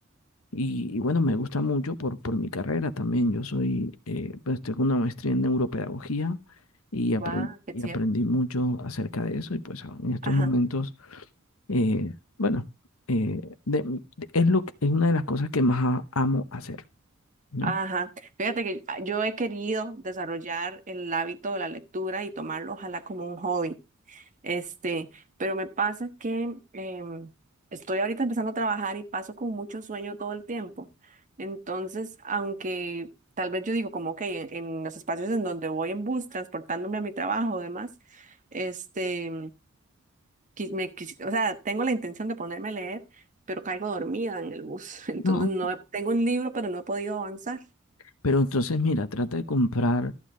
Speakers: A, on the left; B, on the right.
A: Y, y bueno, me gusta mucho por, por mi carrera también. Yo soy, eh, pues tengo una maestría en neuropedagogía y aprendí,
B: va, qué
A: y
B: chido.
A: aprendí mucho acerca de eso. Y pues a- en estos
B: Ajá.
A: momentos, eh, bueno, eh, de- de- es lo, que- es una de las cosas que más a- amo hacer, ¿no?
B: Ajá. Fíjate que ah, yo he querido desarrollar el hábito de la lectura y tomarlo, ojalá, como un hobby. Este, pero me pasa que em, estoy ahorita empezando a trabajar y paso con mucho sueño todo el tiempo. Entonces, aunque tal vez yo digo como, ok, en, en los espacios en donde voy en bus, transportándome a mi trabajo o demás, este, qui- me, quis- o sea, tengo la intención de ponerme a leer, pero caigo dormida en el bus. <laughs> Entonces,
A: No,
B: no he- tengo un libro, pero no he podido avanzar.
A: Pero entonces, mira, trata de comprar